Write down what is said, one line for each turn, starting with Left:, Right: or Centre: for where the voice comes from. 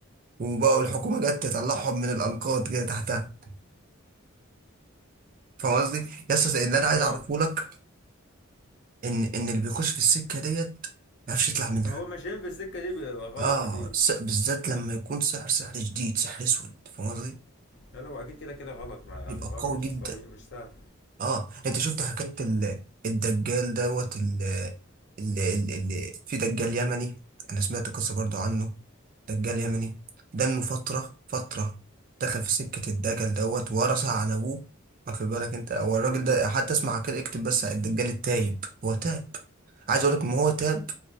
Right: وبقوا الحكومه جت تطلعهم من الانقاض كده تحتها فاهم قصدي؟ يس اللي انا عايز
Left: اه
Right: اعرفه لك ان ان اللي بيخش في السكه ديت ما يعرفش يطلع منها
Left: هو ماشيين في السكه دي بيبقى غلط
Right: اه
Left: اكيد
Right: س- بالذات لما يكون سحر سحر شديد سحر اسود فاهم قصدي؟
Left: لا لا هو اكيد كده كده غلط ما
Right: يبقى
Left: الحوار
Right: قوي
Left: مش
Right: جدا
Left: طبيعي مش سهل
Right: اه انت شفت حكاية ال- الدجال دوت اللي, اللي, في دجال يمني انا سمعت قصة برضو عنه دجال يمني ده انه فترة فترة دخل في سكة الدجال دوت ورثها عن ابوه واخد بالك انت هو الراجل ده حتى اسمع كده اكتب بس على الدجال التايب هو تاب عايز اقول لك ان هو تاب